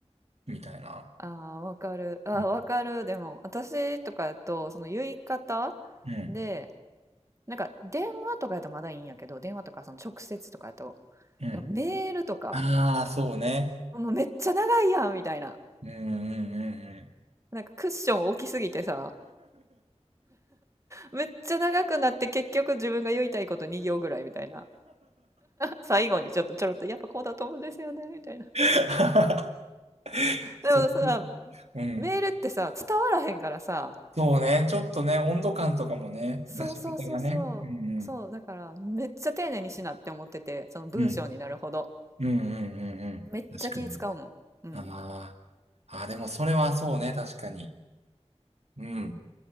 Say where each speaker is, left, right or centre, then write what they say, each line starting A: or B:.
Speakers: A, on the right (about 65°); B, on the right (about 25°).
A: みたいな。
B: ああわかるああわかるでも私とかやとその言い方
A: うん。うん。
B: でなんか電話とかやとまだいいんやけど、電話とかその直接とかやと、
A: うん。
B: なんかメールとか、
A: ああ、そうね。
B: もうめっちゃ長いやんみたいな。
A: うんうんうんうん。
B: なんかクッション大きすぎてさ、めっちゃ長くなって結局自分が言いたいこと2行ぐらいみたいな。最後にちょっとちょろっとやっぱこうだと思うんですよねみたいな。
A: <laughs> そう。
B: でもさ、
A: うん。
B: メールってさ、伝わらへんからさ、
A: そうね。ちょっとね、温度感とかもね、
B: そうそうそうそう、
A: 出し方がね。うん
B: そう、だからめっちゃ丁寧にしなって思ってて、その文章になるほど。
A: うん。うん。うんうんうんうん。
B: めっちゃ気使うもん。
A: 確かに。
B: うん、
A: ああ。ああ、でもそれはそうね、確かに。うん。